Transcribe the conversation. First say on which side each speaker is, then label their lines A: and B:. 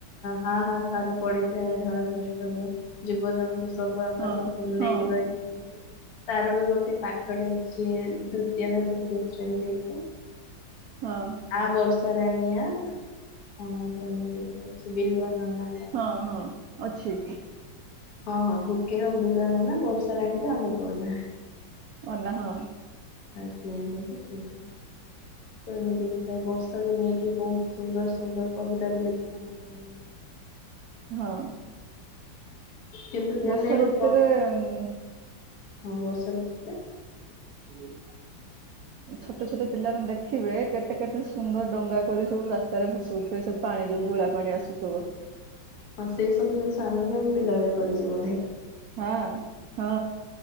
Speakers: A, on the left; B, on the right.
A: ହାଁ ହାଁ ଖାରୁ ପଡିଥାଏ ଧରା ପୃଷ୍ଠରେ। ଜୀବଜନ୍ତୁ ସବୁ ଆକାଶ
B: ହଁ
A: କୁ ଅନେଇକି
B: ହଁ
A: ରହିଥାନ୍ତି। ତାର ବି ଗୋଟେ ପାଠ ଟେ ଅଛି ଦ୍ଵିତୀୟ ନା ତୃତୀୟ ଶ୍ରେଣୀରେ କିି?
B: ହଁ।
A: ଆ ବର୍ଷା ରାଣୀ ଆ। ହଁ ତଏମିତି ଗୋଟେ ଅଛି ବିଲୁଆ ନନା ଡାକୁଛନ୍ତି।
B: ହଁ ହଁ ଅଛି।
A: ହଁ ହଁ ହୁକେ ହୁ ବିଲୁଆ ନନା ବର୍ଷାରାଣୀ ତୁ ଆମକୁଅନା।
B: ଅନା ହଁ।
A: ଆସ ଲାଇ ତ ସେଇଟା। ତ ଏମିତି ବିଥାଏ ବର୍ଷାକୁ ନେଇକି ବହୁତ ସୁନ୍ଦର ସୁନ୍ଦର କବିତା ବି ଲେଖିଥାନ୍ତି କବି।
B: ହଁ।
A: କିନ୍ତୁ ରିଅଲ
B: ବର୍ଷା
A: ଲାଇଫରେ
B: ଋତୁରେ
A: ବ
B: ଉଁ
A: ହଁ ବର୍ଷା ଋତୁରେ
B: <inaudible> ଛୋଟ ଛୋଟ ପିଲାମାନେ ଦେଖିବେ କେତେ କେତେ ସୁନ୍ଦର ଡଙ୍ଗା କରି ସବୁ ରାସ୍ତାରେ ଭସଉଥିବେ ସେ ପାଣି ଯୋଉ ଗୁଳା ପାଣି ଆସୁଥିବ।
A: ହଁ ସେଇ ସବୁ ଜିନିଷ ଆମେ ବି ଆମେ ପିଲାବେଳେ କରିଛୁ ବୋଧେ।
B: ହଁ ହଁ